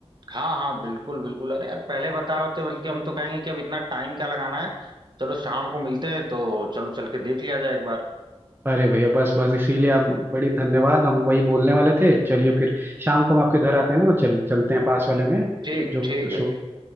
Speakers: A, on the right; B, on the right.
A: हाँ हाँ बिल्कुल बिल्कुल अरे यार पहले बताए होते बल्कि हम तो कहेंगे कि अब इतना टाइम क्या लगाना है चलो शाम को मिलते हैं तो चलो चल के देख लिया जाए एक बार
B: अरे भैया बस बस इसीलिए आप बड़ी धन्यवाद हम वही बोलने वाले थे चलिए फिर शाम को हम आपके घर आते हैं ना तो चल चलते हैं पास वाले में
A: ठीक
B: जो
A: ठीक है
B: सो
A: ठीक